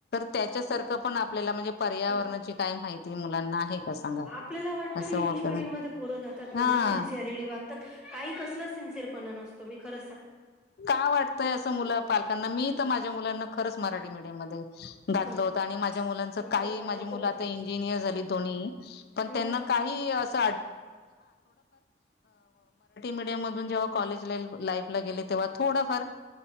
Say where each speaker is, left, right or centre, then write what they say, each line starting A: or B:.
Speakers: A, on the left (about 55°); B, in the centre.
A: त्याच्या सारख पण आपल्या म्हणजे पर्यावरणाची
B: ह
A: का माहिती मुलांना आहे का सांगा
B: आपल्याला वाटतं
A: असं
B: इंग्लिश
A: ओळखत
B: मिडियम मध्ये प पुरं जातात म्हणजे
A: हा
B: सिन्सिअरली वागतात काही कसलं सिरपणा असतो म ख
A: का वाटतंय असं मुलं पालकांना मी तर माझ्या मुलांना खरंच मराठी मीडयम म घातलं
B: हं,
A: होत आणि माझ्या मुलांच
B: मूर्ख
A: काही
B: व्हायला
A: माझी
B: नको
A: मुलं आता
B: घालू
A: इंजिनियर झाली दोन्ही पण
B: मग
A: त्यांना काही अस मराठीडम ज क थोडा फर्क